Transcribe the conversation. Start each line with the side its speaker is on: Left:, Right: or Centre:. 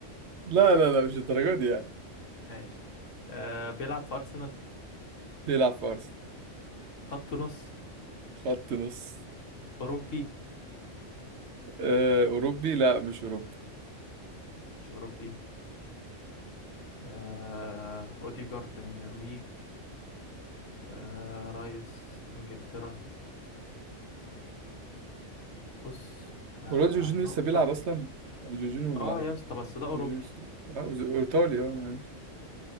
Right: لا لا لا مش الدرجه دي يعني
Left: ماشي آه بيلعب في ارسنال
Right: بيلعب في ارسنال
Left: خط نص
Right: خط نص
Left: اوروبي
Right: آه، أوروبي لا مش أوروبي
Left: مش اوروبي آه اوديجارد من النرويج آه رايس انجلترا بص يعني
Right: ولاد جورجينيو
Left: عنده
Right: لسه
Left: في
Right: بيلعب
Left: واحد
Right: أصلا جورجينيو بيلعب
Left: اه يا اسطى بس ده اوروبي
Right: جورجينيو لسه- آه، ز- إيطالي أه